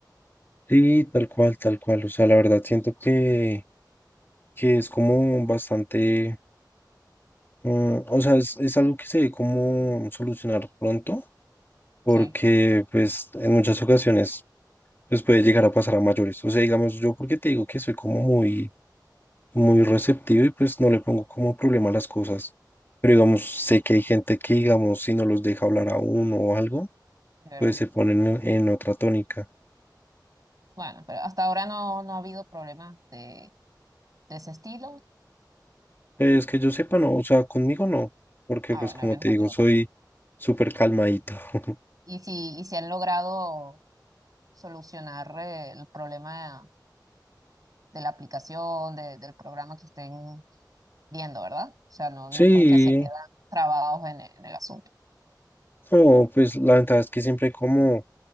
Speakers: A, on the left; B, on the right.
A: Sí, tal cual, tal cual. O sea, la verdad siento que, que es como bastante, mm, o sea, es, es algo que se debe como solucionar pronto, porque
B: Sí,
A: pues en muchas ocasiones pues puede llegar a pasar a mayores. O sea, digamos, yo porque te digo que soy como muy muy receptivo y pues no le pongo como problema a las cosas. Pero digamos, sé que hay gente que, digamos, si no los deja hablar a uno o algo,
B: es verdad.
A: pues se ponen en, en otra tónica.
B: Bueno, pero hasta ahora no, no ha habido problemas de, de ese estilo.
A: Pues que yo sepa, no, o sea, conmigo no, porque
B: Ah,
A: pues
B: bueno,
A: como
B: al menos
A: te
B: contigo.
A: digo, soy
B: no.
A: súper calmadito. <laughs>
B: y si, y si han logrado solucionar eh, el problema de la aplicación, de- del programa que estén viendo, ¿verdad? O sea, no,
A: Sí,
B: no es como que se quedan trabados en, e- en el asunto.
A: no, pues la ventaja es que siempre hay como